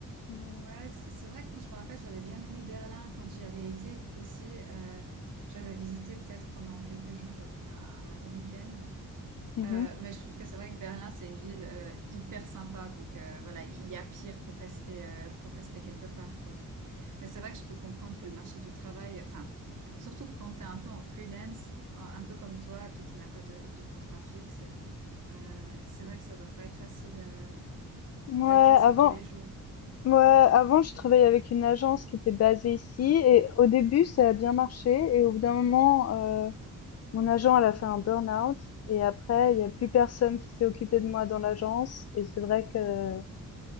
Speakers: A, on the left (about 50°); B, on the right (about 65°).
A: Mais,
B: Ouais, c'est c'est vrai que moi, je me rappelle, j'avais bien aimé Berlin quand j'y avais été aussi. euh, j'avais visité peut-être pendant quelques jours, j'avais fait un, un long week-end.
A: euh,
B: Euh,
A: mhm.
B: mais je trouve que c'est vrai que Berlin, c'est une ville euh, hyper sympa. Donc euh, voilà, il y a pire pour rester, euh, pour rester quelque part, quoi. Mais c'est vrai que je peux comprendre que le marché du travail, enfin, surtout que quand t'es un peu en freelance, un un peu comme toi, puis qui n'a pas de, de contrat fixe, euh, c'est vrai que ça doit pas être facile, euh,
A: Ouais,
B: pas être facile
A: avant,
B: tous les jours.
A: ouais, avant, je travaillais avec une agence qui était basée ici et au début, ça a bien marché et au bout d'un moment, euh, mon agent, elle a fait un burn-out et après, il y a plus personne qui s'est occupé de moi dans l'agence et c'est vrai que